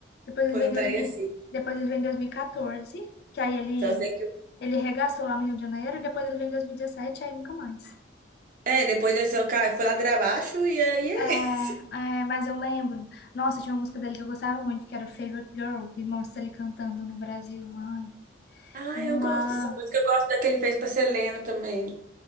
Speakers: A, on the left (about 55°); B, on the right (about 45°).
A: Depois ele
B: Foi
A: veio
B: um
A: em
B: trem
A: 2000,
B: assim.
A: depois ele veio em 2014, que aí ele,
B: Só sei que... o-
A: ele regaçou lá no Rio de Janeiro, e depois ele veio em 2017, aí nunca mais.
B: É, depois desse eu caí, foi ladeira abaixo e aí é
A: É,
B: isso. <laughs>
A: é, mas eu lembro. Nossa, tinha uma música dele que eu gostava muito, que era Favorite Girl, e mostra ele cantando no Brasil. Ai,
B: Ah,
A: uma.
B: eu gosto dessa música. Eu gosto da que ele fez pra Selena também.